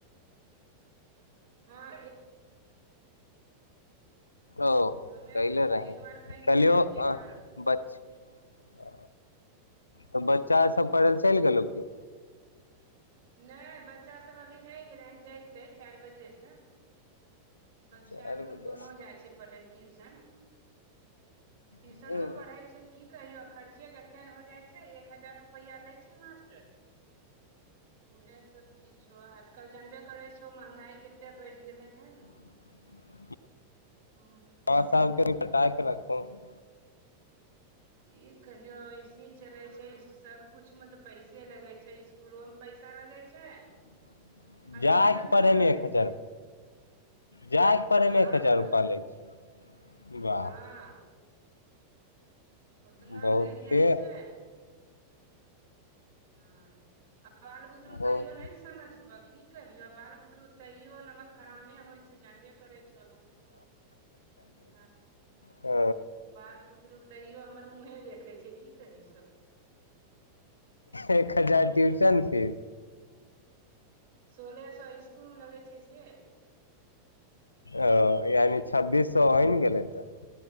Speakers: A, on the right (about 50°); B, on the left (about 80°).
A: हाँ
B: ओ
A: हमे
B: कैले रहि
A: एक बार कहिले
B: कहलियौ
A: रहियै
B: अ
A: हँ
B: बच ओ तऽ बच्चा सब पढ़य लए चलि गेलौ की
A: नहि बच्चा सब अभी नहि गेलै हन जयते चारि बजे सँ बच्चा
B: चारि
A: बुतरूक
B: बजे
A: दोनो जाइ छै पढ़य ले ट्यूशन ट्यूशनो
B: से
A: पढ़ैत छै तऽ कि की कहियो खर्चे जते ने हो जाइ छै एक हजार रुपैया लय छै मास्टर उएह सभ चीज छौ आजकल जनबे करै छौ महँगाइ कतेक बढ़ि गेलै हन
B: <inaudible>
A: हूंम्म
B: <unintelligible>
A: ई कहियो ऐसे चले छै सब कुछ मे तऽ पैसे लगे छै फूलो मे पैसा लगै छै
B: <inaudible>
A: आ
B: जाइके
A: ट्यूशनो
B: पड़ैमे
A: मे लगै
B: एक हजार
A: छै
B: जायके पड़ैमे
A: हँ
B: एक हजार
A: तऽ
B: रूपा लै छै वाह
A: हँ ओतना
B: बहुते
A: लागि जाइ छै हँ आ बाल बुतरु
B: बहुत
A: तैयो नहि ने समझतो तऽ की कहियो बाल बुतरु तैयो नमक हरामे होइ छै जानबे करै छै छहो <unintelligible>
B: ओ
A: बाल बुतरुक तैयो हमर मुँहे देखै छै की कहै छौ
B: एक हजार
A: कहबह
B: ट्यूशन फीस
A: सोलह सए इसकुल मे लगै छै से
B: ओ यानी छब्बीस सौ होइ ने गेल तऽ